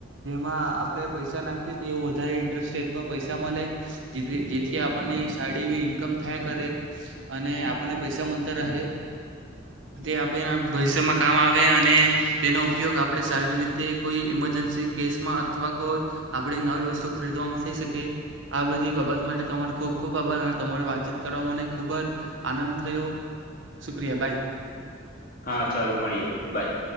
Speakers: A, on the right (about 80°); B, on the left (about 50°).
A: જેમાં આપણે પૈસા નાખીએ તો એવું વધારે ઇન્ટરેસ્ટ રેટ પર પૈસા મળે જે જેથી આપણને સારી એવી ઇન્ કમ થયા કરે અને આપણને પૈસા મંતર રહે તે આપણે આ ભવિષ્યમાં કામ આવે અને તેનો ઉપયોગ આપણે સારી રીતે કોઈ ઈમરજન્સી કેસમાં અથવા કોઈ આપણી નવી વસ્તુ ખરીદવાવામાં થઈ શકે આ બધી બાબત માટે તમારો ખૂબ ખૂબ આભાર. તમારે વાતચીત કરવા મને ખૂબ જ આનંદ થયો શુક્રિયા બાય.
B: હા ચાલો મળીએે બાય.